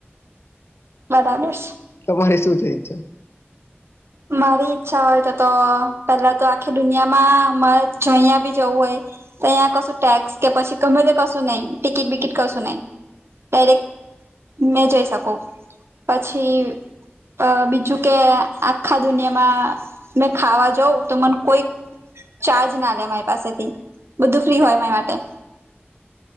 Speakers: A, on the right; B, on the left.
A: બરાબર છે.
B: તમારે સુ છે ઇચ્છા?
A: મારી ઈચ્છા હોય તોતો પેલા તો આખી દુનિયામાં મારે જઈયા બી જવું હોય અહીંયા કશું ટેક્સ કે પછી ગમે તે કશું નહીં ટિકિટ બિકિટ કશું નહીં ડાયરેક મેં જઈ શકું પછી અ બીજું કે આ આખા દુનિયામાં મે ખાવા જવ તો મને કોઈક ચાર્જ ના લે મારી પાસેથી બધું ફ્રી હોય મારી માટે